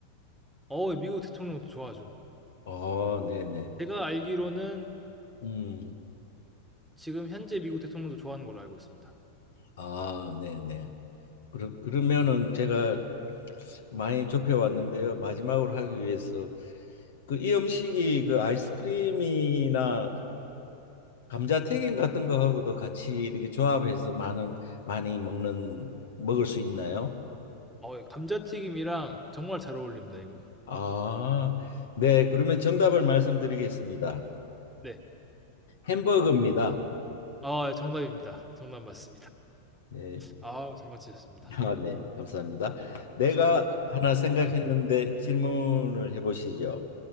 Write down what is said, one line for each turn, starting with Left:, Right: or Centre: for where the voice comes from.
Centre: 어 미국 대통령도 좋아하죠.
Left: 어, 네네.
Centre: 제가 알기로는
Left: 음,
Centre: 지금 현재 미국 대통령도 좋아하는 걸로 알고 있습니다.
Left: 아, 네네. 그러, 그러면은 제가 많이 좁혀왔는데요. 마지막으로 하기 위해서 그 이 음식이 그 아이스크림이나 감자튀김 같은 거하고도 같이 이렇게 조합해서 많은 많이 먹는 먹을 수 있나요?
Centre: 어 예, 감자튀김이랑 정말 잘 어울립니다 이건.
Left: 아, 네. 그러면 정답을 말씀드리겠습니다.
Centre: 네.
Left: 햄버거입니다.
Centre: 아 정답입니다. 정답 맞습니다.
Left: 네.
Centre: 아 잘 맞히셨습니다.
Left: 아, 네. 감사합니다. 내가
Centre: 그럼
Left: 하나 생각했는데
Centre: 네.
Left: 질문을 해보시죠.